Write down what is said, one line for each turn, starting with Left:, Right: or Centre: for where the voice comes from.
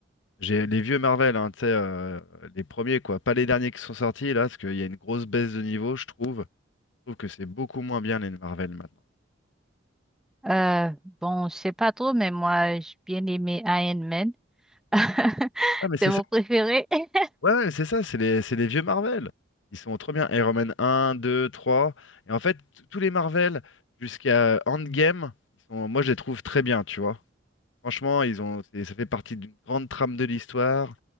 Left: J'ai les vieux Marvel, hein, tu sais, euh, les premiers, quoi. Pas les derniers qui sont sortis, là, parce qu'il y a une grosse baisse de niveau, je trouve. Je trouve que c'est beaucoup moins bien, les Marvel, maintenant.
Centre: Euh, bon, je sais pas trop, mais moi, j'ai bien aimé Iron Man. <laughs>
Left: Ah, mais c'est
Centre: C'est mon
Left: ça.
Centre: préféré. <laughs>
Left: Ouais, ouais, c'est ça, c'est les, c'est les vieux Marvel. Ils sont trop bien. Iron Man un deux trois Et en fait, t- tous les Marvel, jusqu'à Endgame, ils sont, moi, je les trouve très bien, tu vois. Franchement, ils ont, c'est- ça fait partie d'une grande trame de l'histoire.